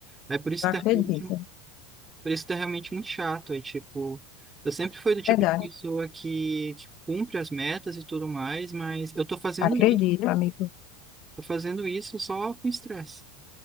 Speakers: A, on the right; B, on the left.
A: É por isso
B: Eu
A: que
B: acredito,
A: termina. Por isso que é realmente muito chato. Aí, tipo, eu sempre fui do tipo
B: verdade.
A: de pessoa que, que cumpre as metas e tudo mais, mas eu tô fazendo
B: Acredito,
A: isso,
B: amigo.
A: tô fazendo isso só com estresse.